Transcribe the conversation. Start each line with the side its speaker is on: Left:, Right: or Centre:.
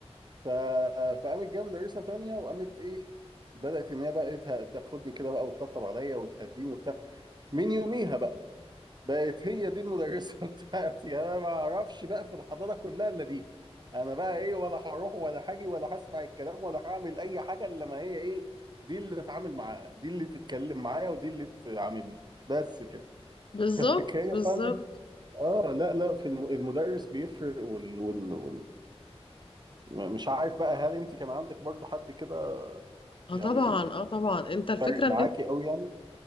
Right: ف... فقامت جايه مدرسه تانية وقامت ايه بدات ان هي بقى ته- تاخدني كده بقى وتطبطب عليا وتهديني وبتاع من يوميها بقى بقت هي دي المدرسه <laughs> بتاعتي يعني انا ما اعرفش بقى في الحضانه كلها الا دي انا بقى ايه ولا هروح ولا هاجي ولا هسمع الكلام ولا هعمل اي حاجه الا ما هي ايه دي اللي اتعامل معاها دي اللي تتكلم معايا ودي اللي تعاملني بس كده
Left: بالظبط
Right: <laughs> هي
Left: بالظبط
Right: فعلا اه لا لا في الم- المدرس بيفرق وال... وال... وال... م- مش عارف بقى هل انت كان عندك برضو حد كده
Left: اه
Right: يعني
Left: طبعا اه طبعا انت الفكره
Right: فارق معاكي
Left: ان
Right: قوي يعني